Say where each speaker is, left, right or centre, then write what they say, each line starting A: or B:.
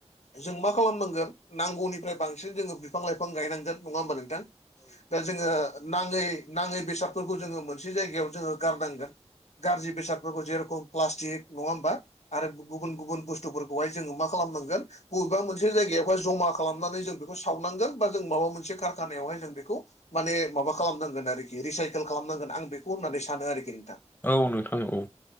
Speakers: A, on the left (about 75°); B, on the left (about 15°).
A: जों मा खालामनांगोन नांगौनिफ्राय बांसिन जोङो बिफां -लाइफां गायनांगोन नङा होमबा नोंथां? दा जोङो नाङै नाङै बेसादफोरखौ जोङो मोनसे जायगायाव जोङो गारनांगोन। गाज्रि बेसादफोरखौ जेरेखम प्लास्टिक नङा होमबा? आरो गुबुन गुबुन बुस्थुफोरखौ बेवहाय जोङो मा खालामनांगोन बबेबा मोनसे जायगायावहाय जमा खालामनानै जों बेखौ सावनांगोन। बा जों माबा मोनसे कारखानायावहाय जों बेखौ माने माबा खालामनांगोन आरोखि रिसाइकेल खालामनांगोन आं बेखौ होननानै सानो आरोखि नोंथां।
B: औ नोंथां नंगौ।